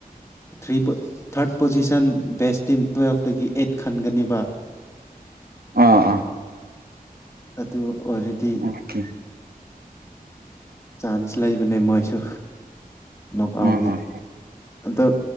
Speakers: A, on the left; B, on the right.
A: three third position ꯦꯁ ꯇꯤꯝ ꯇꯨꯋꯦꯜꯐꯇꯒꯤ ꯑꯩꯠ ꯈꯟꯒꯅꯦꯕ
B: ꯑꯥ ꯑꯥ
A: ꯑꯗꯨ ꯑꯗꯨ ꯑꯣꯏꯗꯤ
B: ꯑꯣꯀꯦ
A: ꯆꯥꯟꯁ ꯂ ꯂꯩ ꯑꯗꯨꯩ ꯃꯣꯏꯁꯨ ꯅꯣꯛꯥꯎꯒꯤ
B: ꯑꯥ ꯑꯥ
A: ꯑꯗꯣ